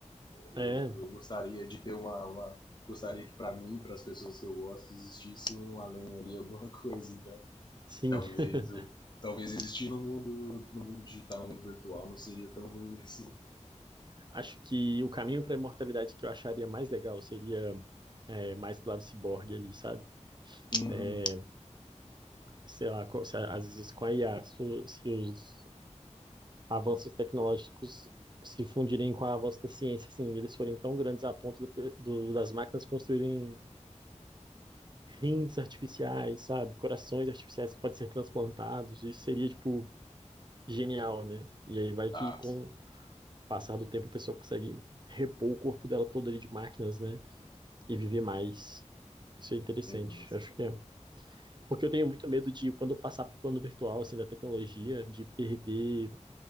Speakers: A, on the left; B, on the right.
A: Eu,
B: É,
A: eu gostaria de ter uma, uma gostaria que para mim, para as pessoas que eu gosto, existisse um além ali, alguma <laughs> coisa, então
B: sim.
A: Talvez,
B: <laughs>
A: eu- talvez existir no mundo, no mundo digital, no mundo virtual, não seria tão ruim assim.
B: Acho que o caminho para a imortalidade que eu acharia mais legal seria é, mais pro lado ciborgue ali, sabe?
A: Uhum,
B: É, sei lá, co- se a- às vezes com a IA, se, o- se os avanços tecnológicos se fundirem com o avanço da ciência, assim, eles forem tão grandes a ponto do pe- do- das máquinas construírem rins artificiais, sabe? Corações artificiais que podem ser transplantados, isso seria, tipo, genial, né? E aí vai
A: tá,
B: que com
A: sim.
B: o passar do tempo a pessoa consegue repor o corpo dela todo ali de máquinas, né? e viver mais. Isso é interessante,
A: Uhum,
B: acho que é. Porque eu tenho muito medo de, quando eu passar para o plano virtual, assim, da tecnologia, de perder,